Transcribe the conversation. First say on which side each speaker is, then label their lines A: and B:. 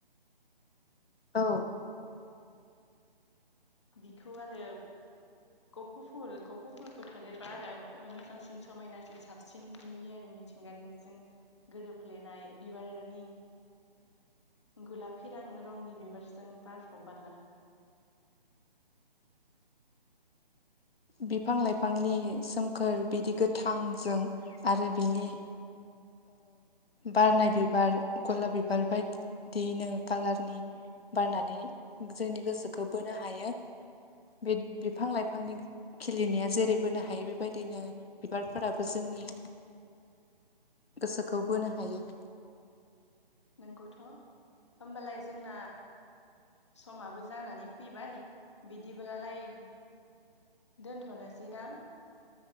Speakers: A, on the left (about 85°); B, on the left (about 30°).
A: औ
B: बिखौ आरो गफ' फुल गफ' फुलखौ थादेरबा आरो मोजांसिन समायनासिन साबसिन नुयो आरो मिथिंगानि जों गोरोबफ्लेनाय बिबारनि गुलाफि रां रंनि बिबारजों बारफ' बाला
A: बिफां लाइफांनि सोमखोर बिदि गोथांजों आरो बिनि बारनाय बिबार गलाब बिबार बायदियैनो कालारनि बारनानै जोंनि गोसोखौ बोनो हायो बे बिफां लाइफांनि खिलिनाया जेरै बोनो हायो बेबायदिनो बिबारफोराबो जोंनि गोसोखौ बोनो हायो
B: नंगौथ' होमबालाय जोंना समाबो जानानै फैबाय बिदिब्लालाय दोनथ'नोसै दां